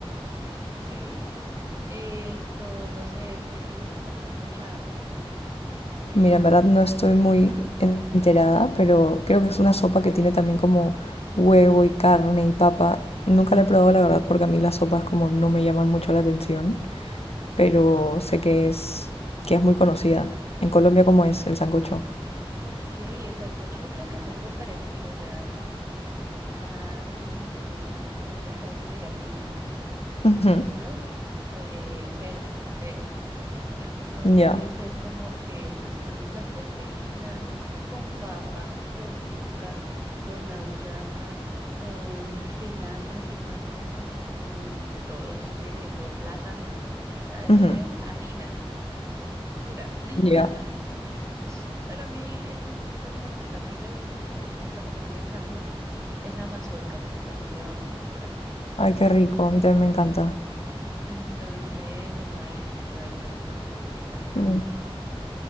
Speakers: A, on the right; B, on the left.
A: Sí, Esto, no sé de qué trata el sancochado.
B: Mira, en verdad no estoy muy enterada, pero creo que es una sopa que tiene también como huevo y carne y papa. Nunca la he probado, la verdad, porque a mí las sopas como no me llaman mucho la atención, pero sé que es, que es muy conocida. En Colombia, ¿cómo es el sancocho?
A: Ok, el sancocho yo creo que es algo parecido, o sea, ah, en, en Colombia se hace de gallina, o
B: Ujú,
A: de pollo, o de cerdo, creo. Entonces
B: Ya,
A: es como que pues pones la proteína con papa, con yuca, con auyama, con cilantro, cimarrón, con de todo, eso tiene de todo, plátano, o sea, eso
B: ujú,
A: es harina pura. <laughs>
B: ya.
A: Pero a mí el sancocho casi no me gusta, a mí lo único que me gusta comerme el sancocho es la mazorca, porque también lleva mazorca ahí.
B: Ay, qué rico, a mí también me encanta.
A: Entonces el maíz, sí, ay, qué rico, me encanta.
B: Mm.